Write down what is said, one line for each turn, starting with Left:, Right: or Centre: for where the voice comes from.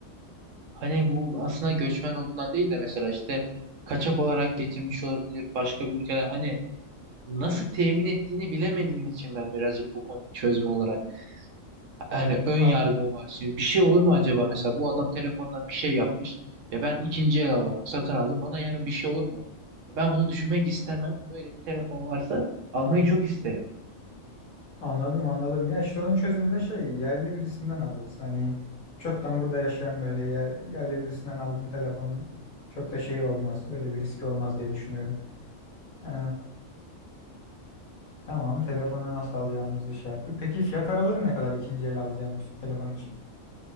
Right: Hani bu aslında göçmen olduğundan değil de mesela işte kaçak olarak getirmiş olabilir başka bir ülkeden. Hani nasıl temin ettiğini bilemediğim için ben birazcık bu konuyu çözme olarak hani ön
Left: Ha,
Right: yargım var. Şimdi bir şey olur mu
Left: yok
Right: acaba
Left: yok
Right: mesela
Left: anladım.
Right: bu adam telefondan bir şey yapmış ve ben ikinci el olarak satın aldım. Bana yarın bir şey olur mu? Hani ben bunu düşünmek istemem. Öyle bir telefon varsa almayı çok isterim.
Left: Anladım anladım. Ya işte onun çözümü de şey yerli birisinden alırız. Hani çoktan burada yaşayan böyle yer- yerli birisinden aldığın telefonun çok da şey olmaz. Öyle bir riski olmaz diye düşünüyorum. Eee, tamam telefonu nasıl alacağımızı şey yaptık. Peki fiyat aralığın ne kadar ikinci el alacağın bir telefon için?